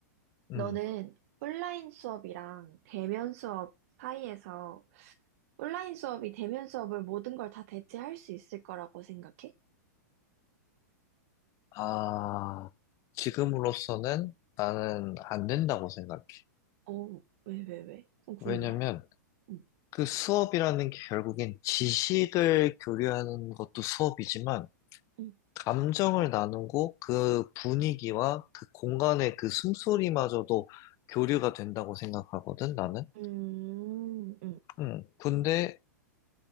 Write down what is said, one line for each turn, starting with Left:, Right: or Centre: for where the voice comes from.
Left: 음.
Right: 너는 온라인 수업이랑 대면 수업 사이에서 온라인 수업이 대면 수업을 모든 걸 다 대체할 수 있을 거라고 생각해?
Left: 아, 지금으로서는 나는 안 된다고 생각해.
Right: 어, 왜, 왜, 왜? 좀 궁금하다.
Left: 왜냐면
Right: 응,
Left: 그 수업이라는 게 결국엔 지식을 교류하는 것도 수업이지만
Right: 응,
Left: 감정을 나누고 그 분위기와 그 공간의 그 숨소리마저도 교류가 된다고 생각하거든, 나는.
Right: 음, 음.
Left: 음, 근데